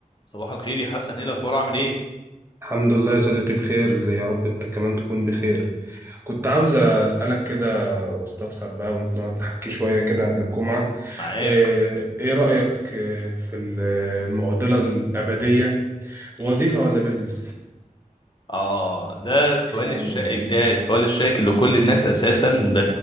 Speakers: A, on the left; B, on the right.
A: صباح الخير يا حسن ايه الاخبار عامل ايه
B: الحمد لله يا صديقي بخير يا رب انت كمان تكون بخير كنت عاوز اسالك كده واستفسر بقى ونقعد نحكي شويه كده قبل الجمعه
A: معاك
B: ايه ايه رايك اه، في ال- المعضله الابديه وظيفه
A: مم.
B: ولا بيزنس
A: اه ده السؤال
B: يعني
A: الشائك ده السؤال الشائك اللي كل الناس اساسا ب...